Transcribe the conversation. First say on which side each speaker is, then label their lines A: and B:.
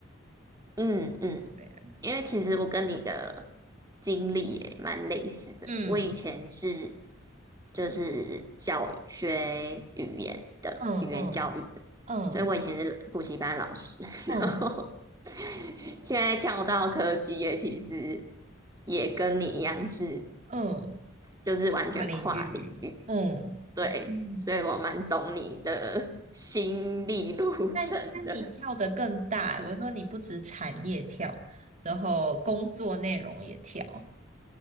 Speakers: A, on the right (about 20°); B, on the right (about 35°).
A: 嗯嗯，
B: 对啊
A: 因为其实我跟你的经历也蛮类似的。
B: 嗯
A: 我以前是就是教育学语言的语言教育的，
B: 嗯嗯嗯
A: 所以我以前是补习班老师，<laughs>
B: 嗯
A: 然后现在跳到科技业，其实也跟你一样是，
B: 嗯，
A: 就是完全跨领域。
B: 跨领域，嗯。
A: 对，
B: 嗯。
A: 所以我蛮懂你的心理路程的。
B: 但但你跳得更大欸我说你不止产业跳，
A: 嗯，
B: 然后工作内容也跳。